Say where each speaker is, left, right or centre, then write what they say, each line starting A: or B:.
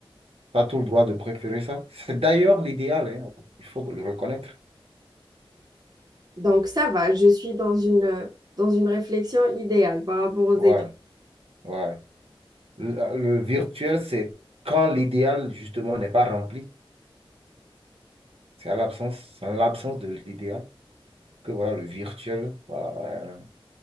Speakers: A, on the right; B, on the right.
A: T'as tout le droit de préférer ça. C'est d'ailleurs l'idéal, hein. Il faut le reconnaître.
B: Donc ça va, je suis dans une, euh, dans une réflexion idéale par rapport aux
A: Ouais,
B: études.
A: ouais. Le, le virtuel, c'est quand l'idéal, justement, n'est pas rempli. C'est à l'absence, c'est en l'absence de l'idéal que voilà, le virtuel, voilà, euh,